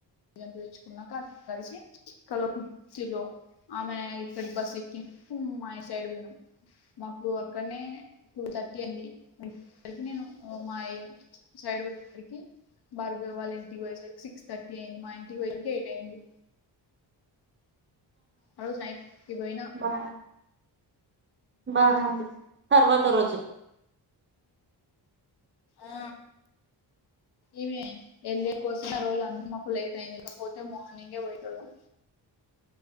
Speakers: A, on the left; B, on the right.
A: తెచ్చుకున్నాక కలిసి కలువ పు చలో అమె ఇక్కడ బస్ ఎక్కి మా ఇంట్ సైడ్ పోయిన మాకు అక్కడనే టూ థర్టీ అయ్యింది రి రికి నేను ఒమయ్యి సైడ్ వ రికీ భార్గవాల్ ఇంటి బోయేసరికి సిక్స్ థర్టీ నేను మా ఇంటి వోయ్కి ఎయిట్ అయింది ఆ రోజు నైట్ కి పోయిన
B: బా బానే ఉంది తర్వాత రోజు
A: ఆ ఇమె వెళ్ద కోసం ఆ రోజు అందు మాకు లేట్ అయింది ఇకపోతే మార్నింగే పోయేటోలం